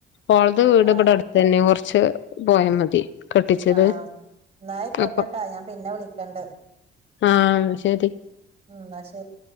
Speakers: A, on the left (about 70°); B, on the right (about 30°).
A: ഓളത് വീട്
B: ആഹ്
A: ഇബടെടുത്തന്നെ കുറച്ച് പോയ മതി കെട്ടിച്ചത്
B: ആഹ് ന്നായിക്കോട്ടേട്ടാ
A: അപ്പൊ
B: ഞാൻ പിന്നെ വിളിക്കണ്ട്
A: ആഹ് ന്നാ ശരി
B: ന്നാ ശരി